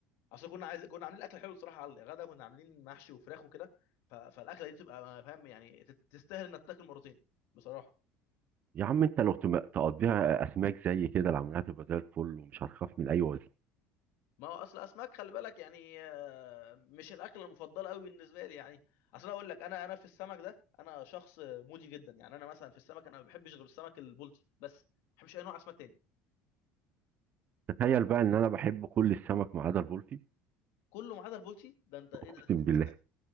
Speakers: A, on the left; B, on the right.
A: اصل كنا عايز كنا عاملين اكل حلو بصراحه على الغدا كنا عاملين محشي وفراخ وكده ف... فالاكله دي تبقى فاهم يعني تت- تستاهل انك تاكل مرتين بصراحه
B: يا عم انت لو تم- تقضيها اسماك زي كده العمليات تبقى زي الفل ومش هتخاف من اي وزن
A: ما هو اصل اسماك خلي بالك يعني آه، مش الاكله المفضله قوي بالنسبه لي يعني اصل اقول لك انا انا في السمك ده انا شخص مودي جدا يعني انا مثلا في السمك انا ما بحبش غير السمك البلطي بس ما بحبش اي نوع اسماك تاني
B: تخيل بقى ان انا بحب كل السمك ما عدا البلطي
A: كله ما عدا البلطي ده انت ايه
B: <laughs> اقسم
A: ده <laughs>
B: بالله